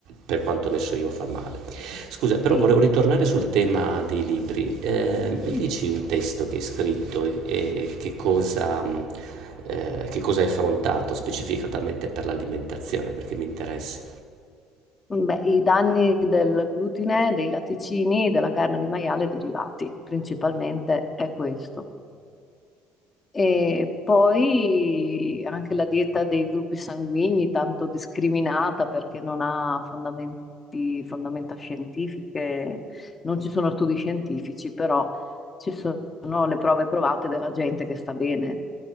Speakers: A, on the right; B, on the left.
A: per quanto ne so io, fa male. Scusa, però
B: sì.
A: volevo ritornare sul tema dei libri. Eh, mi
B: Sì.
A: dici un testo che hai scritto e, e che cosa, mh, eh, che cosa hai affrontato specificatamente per l'alimentazione, perché mi interessa.
B: Beh, i danni del glutine, dei latticini, della carne di maiale derivati, principalmente è questo. E poi anche la dieta dei gruppi sanguigni, tanto discriminata perché non ha fondamenti, fondamenta scientifiche, non ci sono studi scientifici, però ci sono le prove provate della gente che sta bene.